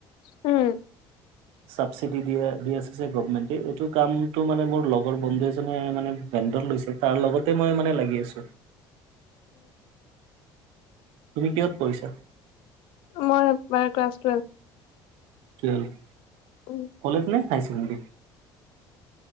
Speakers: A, on the left; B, on the right.
A: উম
B: চাবচিডি দিয়ে দি আছে গভমেন্টে এইটো কামটো মানে মোৰ লগৰ বন্ধু এজনে মানে ভেণ্ডৰ লৈছে। তাৰ লগতে মই মানে লাগি আছো।
A: <inaudible>
B: তুমি কিহত পঢ়িছা?
A: মই এ-বাৰ class twelve.
B: Twelve
A: um
B: college নে হাই চেকেণ্ডাৰী?